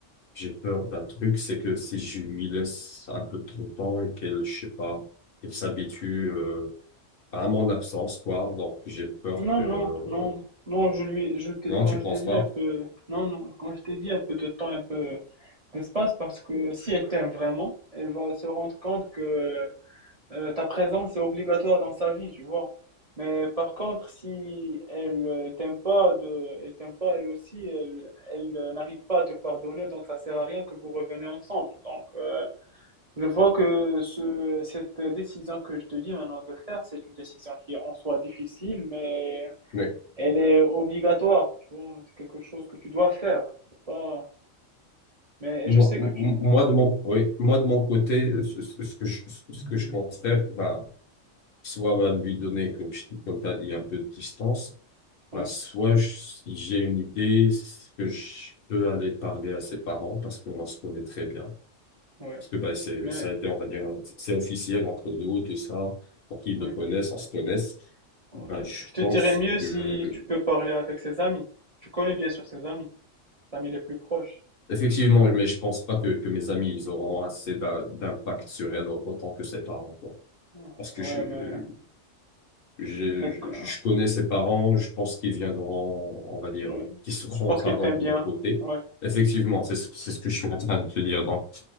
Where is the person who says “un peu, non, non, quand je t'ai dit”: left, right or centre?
Right